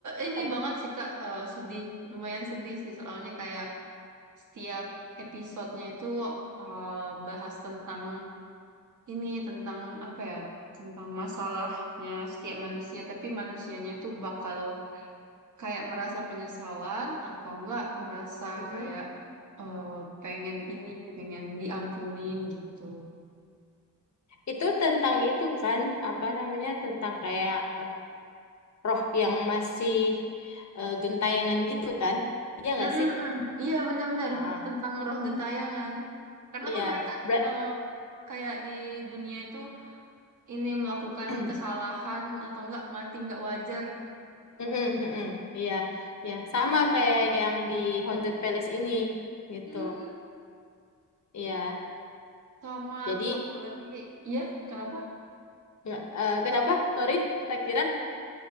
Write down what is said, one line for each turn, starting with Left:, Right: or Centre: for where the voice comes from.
Right: ini
Left: Tep-
Right: banget sih Kak, Eh, sedih, lumayan sedih sih soalnya kayak setiap episodenya itu eh, bahas tentang ini, tentang apa ya, tentang masalahnya setiap manusia, tapi manusianya itu bakal kayak merasa penyesalan atau enggak merasa
Left: mm-mm.
Right: kayak eh, pengen ini, pengen diampunin gitu.
Left: Itu tentang itu kan, apa namanya? Tentang kayak eh, roh yang masih eh, gentayangan gitu kan? Iya nggak
Right: Mm-mm-mm.
Left: sih?
Right: Iya benar-benar
Left: Ah,
Right: tentang roh gentayangan. Karena
Left: iya.
Right: kan mereka
Left: Ber-
Right: eh, kayak di dunia itu ini melakukan
Left: <clears throat>
Right: kesalahan atau enggak mati enggak wajar.
Left: Mm-mm, mm-mm. Iya, ya sama kayak yang di Haunted Palace ini gitu.
Right: Hmm,
Left: Iya.
Right: sama
Left: Jadi
Right: satu lagi, ya kenapa?
Left: nggak- eh, kenapa? Sorry, tak kira.